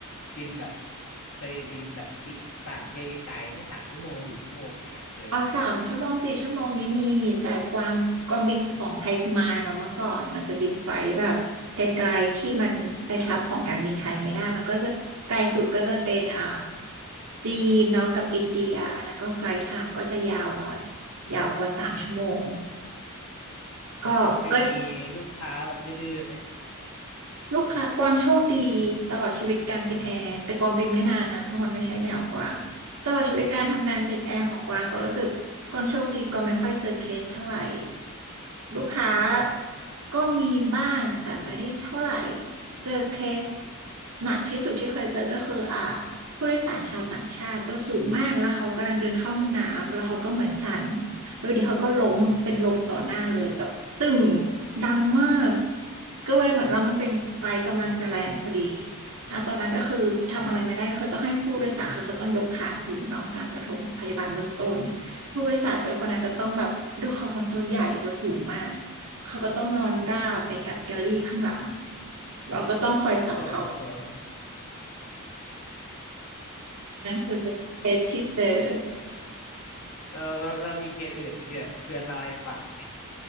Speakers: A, on the left; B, on the right.
A: บินแบบเคยบินแบบทริปต่างประเทศไกลๆไหม่สามชั่วโมงสี่ชั่วโมงอะไรเงี้ยเคยไหม
B: อ๋อสามชั่วโมงสี่ชั่วโมงนี้มีแต่กวางกวางบินของไทยสมายเนาะเมื่อก่อนมันจะบินไฟลท์แบบไกลๆที่มันไปทับของการบินไทยไม่ได้มันก็จะไกลสุดก็จะเป็นอ่าจีนเนาะกับอินเดียอันนั้นก็ไฟลท์ไทม์ก็จะยาวหน่อยยาวกว่าสามชั่วโมงก็ก็
A: เคยมีลูกค้าแบบดื้อๆไหม
B: ลูกค้ากวางโชคดีตลอดชีวิตการเป็นแอร์แต่กวางเป็นไม่นานนะเพราะมันไม่ใช่แนวกวางตลอดชีวิตการทำงานเป็นแอร์ของกวางก็รู้สึกกวางโชคดีกวางไม่ค่อยเจอเคสเท่าไหร่ลูกค้าก็มีบ้างแต่ไม่ได้เท่าไหร่เจอเคสหนักที่สุดที่เคยเจอก็คืออ่าผู้โดยสารชาวต่างชาติตัวสูงมากแล้วเขากำลังเดินเข้าห้องน้ำแล้วเขาก็เหมือนสั่น เออเดี๋ยวเขาก็ล้มเป็นลมต่อหน้าเลยแบบตึงดังมากก็เลยเหมือนเรามันเป็นไฟล์กำลังจะแรงพอดี
A: อืม
B: นะตอนนั้นก็คือทำอะไรไม่ได้ก็คือต้องให้ผู้โดยสารคือเขาต้องยกขาสูงเนาะการปฐมพยาบาลเบื้องต้น
A: อืม
B: ผู้โดยสารกับคนนั้นก็ต้องแบบด้วยเขาคนตัวใหญ่ตัวสูงมาก
A: อืม
B: เขาก็ต้องนอนราบไปกับแกลลี่ข้างหลังเราก็ต้องคอยจับเขา
A: <laughs> โอ้โห
B: คือเป็นเคสที่เจอ
A: เราเราเรามีเคสอื่นไหมที่แบบเพื่อนเล่าให้ฟังเนี่ย